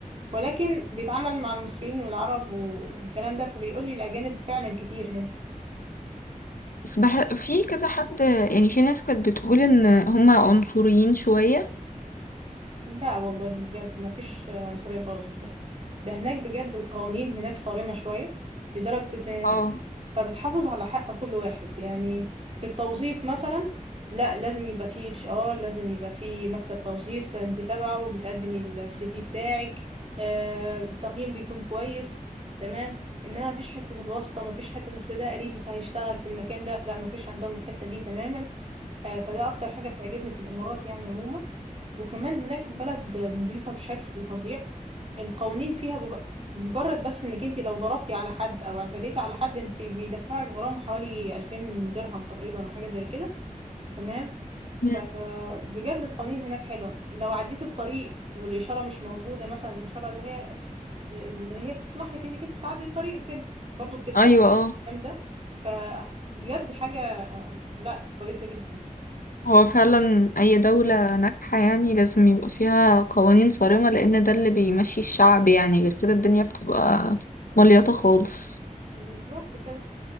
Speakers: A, on the right (about 45°); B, on the left (about 80°).
A: ولكن بيتعامل مع المصريين والعرب والكلام ده فبيقول لي الاجانب فعلا كتير هنا
B: بس بح... في كذا حد يعني في ناس كانت بتقول إن هما عنصريين شوية
A: لا والله بجد ما فيش عنصرية خالص بجد ده هناك بجد القوانين هناك صارمة شوية لدرجة إن
B: اه
A: فبتحافظ على حق كل واحد يعني في التوظيف مثلا لا لازم يبقى فيه اتش ار لازم يبقى فيه مكتب توظيف ت- انت تبعه وبتقدمي السي في بتاعك آه، التقييم بيكون كويس تمام انما مفيش حتة الواسطة مفيش حتة اصل ده قريبي فهيشتغل في المكان ده لا مفيش عندهم الحتة دي تماما آه، فده اكتر حاجة بتعجبني في الامارات يعني عموما وكمان هناك البلد نظيفة بشكل فظيع القوانين فيها بج... مجرد بس انك انت لو ضربتي على حد او اعتديتي على حد انت بيدفعك غرامة حوالي 2000 درهم تقريبا او حاجة زي كده تمام فبجد
B: مم.
A: القوانين هناك حلوة لو عديت الطريق والإشارة مش موجودة مثلا الإشارة اللي هي اللي هي بتسمح لك انك انت تعدي الطريق وكده برضه بتدفع
B: أيوة اه
A: الكلام ده فبجد حاجة لا كويسة جدا
B: هو فعلا أي دولة ناجحة يعني لازم يبقى فيها قوانين صارمة لأن ده اللي بيمشي الشعب يعني غير كده الدنيا بتبقى مليطة خالص
A: بالظبط كده